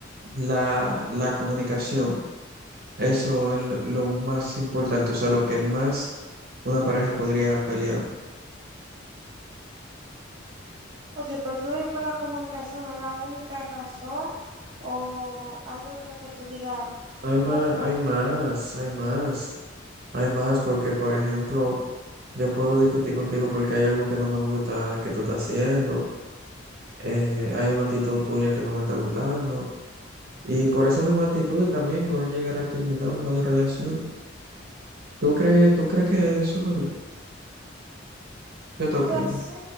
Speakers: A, on the right; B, on the right.
A: la, la comunicación. Eso es lo lo más importante, o sea, lo que más una pareja podría pelear.
B: Ok, pero tú crees que por la comunicación es la única razón o hay otra que tú digas,
A: Hay más,
B: no, por
A: hay más, hay más, hay más, porque por ejemplo, yo puedo discutir contigo porque hay algo que no me gusta que tú estás haciendo, eh, hay una actitud tuya que no me está gustando, y por esa misma actitud también pueden llegar a terminar una relación. ¿Tú crees, tú crees que eso es verdad? ¿Qué te
B: O
A: opinas?
B: sea, sí,